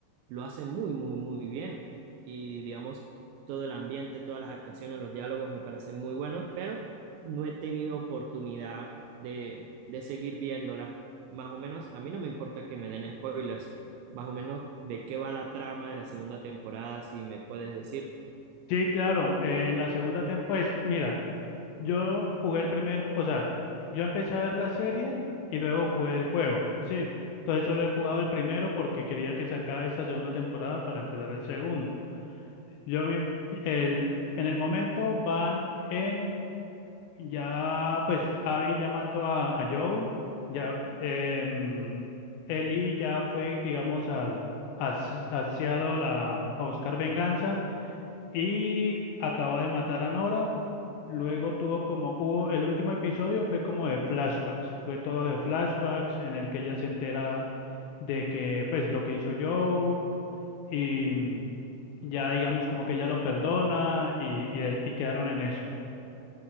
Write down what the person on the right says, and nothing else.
lo hace muy, muy, muy bien. Y digamos, todo el ambiente, todas las actuaciones, los diálogos me parecen muy buenos, pero no he tenido oportunidad de, de seguir viéndola. Más o menos, a mí no me importa que me den spoilers, más o menos de qué va la trama de la segunda temporada, si me puedes decir,